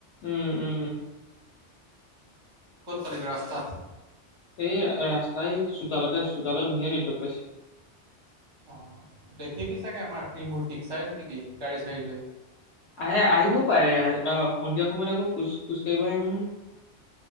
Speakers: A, on the left; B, on the right.
A: উম, উম।
B: ক'ত পালি গৈ? ৰাস্তাত
A: এই ৰা-ৰাস্তাই চোতালতে, চোতালত ধুনীয়া নেটৱৰ্ক পাইছে।
B: অ, দেখিবি চাগে আমাৰ ট্ৰী-মূৰ্তিক চাই থাকিবি গাড়ী-চাড়ী লৈ।
A: আহে আহিবও পাৰে আৰু, অ, সন্ধিয়া সময়ত আকৌ খোজ-খোজ কাৰিব আহে নহয়।